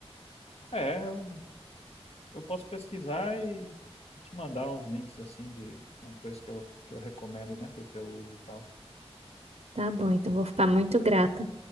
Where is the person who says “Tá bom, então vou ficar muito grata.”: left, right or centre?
Right